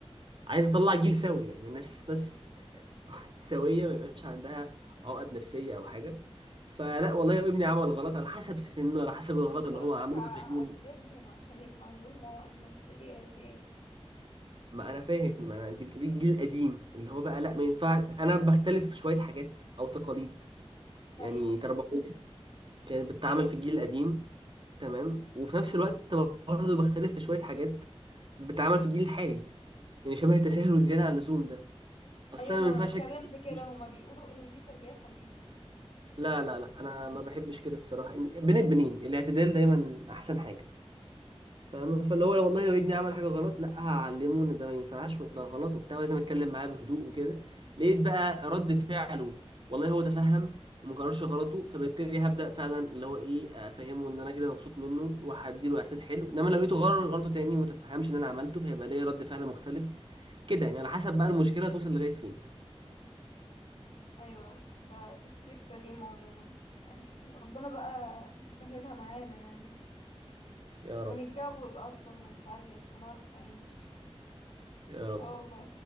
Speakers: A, on the right; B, on the left.
A: عايز اطلع جيل سوي يعني ناس ناس سويه ما يبقاش عندها عقد نفسيه او حاجه فلا والله ابني عمل غلط على حسب سنه على حسب الغلط
B: مش
A: اللي
B: بقولك
A: هو عمله
B: اعذبهم
A: فاهمني
B: عشان يبقى عندهم مواد نفسية يا سيف
A: ما انا فاهم ما انا انت بتقولي الجيل القديم اللي هو بقى لا ما ينفعش انا بختلف في شويه حاجات او تقاليد يعني
B: ايوه
A: تربويه كانت بتتعمل في الجيل القديم تمام وفي نفس الوقت برضه بختلف في شويه حاجات بتتعمل في الجيل الحالي يعني شبه التساهل والزياده عن اللزوم ده اصلا
B: ايوه ما
A: انا ما
B: انا
A: ينفعش
B: بتكلم
A: أك-
B: في كده
A: مش-
B: هما بيقولوا ان دي تربية حديثة
A: لا لا لا انا ما بحبش كده الصراحه يعني بين البنين الاعتدال دايما احسن حاجه فاهم فاللي هو والله لو ابني عمل حاجه غلط لا هعلمه ان ده ما ينفعش وده غلط وبتاع ولازم اتكلم معاه بهدوء وكده لقيت بقى رد فعله والله هو تفهم وما كررش غلطه فبالتالي هبدا فعلا اللي هو ايه افهمه ان انا كده مبسوط منه وهديله احساس حلو انما لو لقيته غرر غلطه تاني وما تفهمش ان انا عملته فهيبقى ليا رد فعل مختلف كده يعني على حسب بقى المشكله توصل لغايه فين
B: ايوه ده تفكير سليم عموما يعني ربنا بقى يسهلها معانا يعني
A: يا رب
B: ونتجوز اصلا ونخلف ونعرف نعيش
A: يا رب
B: اه والله